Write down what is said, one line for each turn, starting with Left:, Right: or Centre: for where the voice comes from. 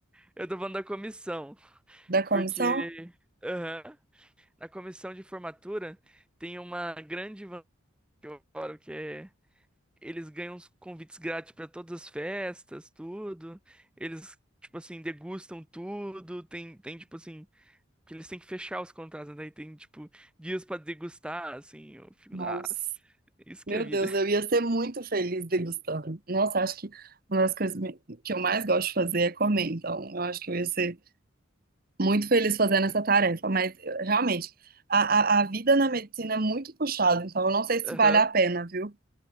Centre: Eu tô falando da comissão,
Right: Da comissão?
Centre: porque aham, na comissão de formatura tem uma grande vantagem que eu adoro, que é eles ganham os convites grátis pra todas as festas, tudo. Eles, tipo assim, degustam tudo. Tem, tem tipo assim, que eles têm que fechar os contratos, né? Daí tem, tipo, dias pra degustar, assim. Eu fico,
Right: Nossa.
Centre: nossa, isso
Right: Meu
Centre: que é vida.
Right: Deus,
Centre: <laughs>
Right: eu ia ser muito feliz degustando. Nossa, acho que uma das coisas me- que eu mais gosto de fazer é comer, então eu acho que eu ia ser muito feliz fazendo essa tarefa, mas eu- realmente, a, a, a vida na medicina é muito puxada, então eu não sei se
Centre: Aham.
Right: vale a pena, viu?